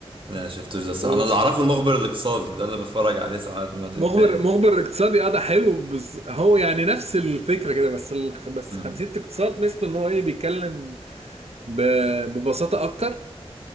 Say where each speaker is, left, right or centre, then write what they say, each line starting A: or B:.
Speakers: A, on the right (about 50°); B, on the right (about 70°).
A: لا شفتوش ده الصراحة
B: بص
A: انا اللي اعرفه المخبر الاقتصادي ده اللي بتفرج عليه ساعات من وقت
B: مخبر
A: للتاني
B: مخبر اقتصادي اه ده حلو بس هو يعني نفس الفكره كده بس ال... بس
A: مم.
B: خمسيه اقتصاد ميزته ان هو ايه بيتكلم ب... ببساطه اكتر